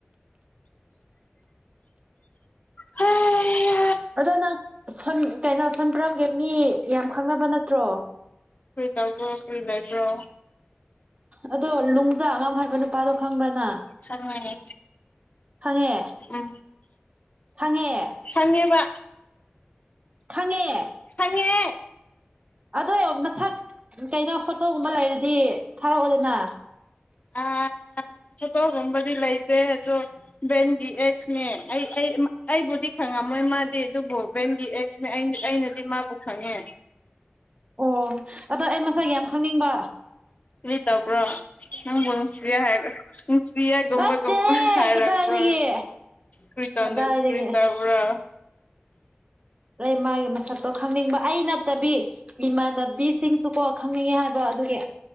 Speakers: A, on the left; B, on the right.
A: ꯎ <unintelligible>
B: ꯑꯗꯣ ꯅꯪ ꯁꯟ ꯀꯩꯅꯣ ꯁꯝ ꯄꯔꯝꯒꯦ ꯃꯤ ꯌꯥꯝ ꯈꯪꯅꯕ ꯅꯠꯇ꯭ꯔꯣ
A: ꯀꯔꯤ ꯇꯕ꯭ꯔꯣ ꯀꯔꯤꯏ ꯂꯩꯕ꯭ꯔꯣ
B: ꯑ <unintelligible> ꯑꯗꯣ ꯂꯅꯨꯡꯖꯥ ꯑꯉꯝ ꯍꯥꯏꯕ ꯅꯨꯄꯥꯗꯣ ꯈꯪꯕ꯭ꯔꯅ
A: ꯈꯪꯉꯦ
B: ꯈꯪꯉꯦ
A: ꯎꯝ
B: ꯈꯪꯉꯦ
A: ꯊꯅꯤꯕ
B: ꯈꯪꯉꯦ
A: ꯐꯪꯉꯦ
B: ꯑꯗꯣ ꯃꯁꯛ ꯀꯩꯅꯣ ꯐꯣꯇꯣꯒꯨꯝꯕ ꯂꯩꯔꯗꯤ ꯊꯥꯔꯛꯑꯣꯗꯅ
A: ꯑ ꯊꯣꯇꯣꯒꯨꯝꯕꯗꯤ ꯂꯩꯇꯦ ꯑꯗꯣ ꯕꯦꯟꯒꯤ ꯑꯩꯁꯅꯦ ꯑꯩ ꯑꯩꯕꯨꯗꯤ ꯈ ꯍꯪꯉꯝꯃꯣꯏ ꯃꯥꯗꯤ ꯑꯗꯨꯕꯨ ꯕꯦꯟꯒꯤ ꯑꯦꯛꯅꯦ ꯑꯩꯅꯗꯤ ꯃꯥꯕꯨ ꯈꯪꯉꯦ
B: ꯑꯣ ꯑꯗꯣ ꯑꯩ ꯃꯁꯥ ꯌꯥꯝ ꯈꯪꯅꯤꯡꯕ
A: ꯇ ꯄꯨ꯭ꯔꯣ ꯅꯪꯕꯨꯟꯁꯤꯌꯥ ꯍꯥꯏꯔꯟꯁꯤꯌꯥꯒꯣꯝꯕ
B: ꯅꯠꯇꯦꯍꯦ
A: ꯝꯕ ꯍꯥꯏꯔꯛꯄ꯭ꯔꯣ
B: ꯀꯗꯥꯏꯗꯒꯤ
A: ꯀꯔꯤ
B: ꯀꯗꯥꯏꯗꯒꯤ
A: ꯀꯔꯤꯇꯥꯕ꯭ꯔ
B: ꯑ ꯃꯥꯒꯤ ꯃꯁꯛꯇꯣ ꯈꯪꯅꯤꯡꯕ ꯑꯩ ꯅꯠꯇꯕꯤ ꯏꯃꯥꯟꯅꯕꯤꯁꯤꯡꯁꯨꯀꯣ ꯍꯪꯉꯉꯦ ꯍꯥꯏꯕ ꯑꯗꯨꯒꯤ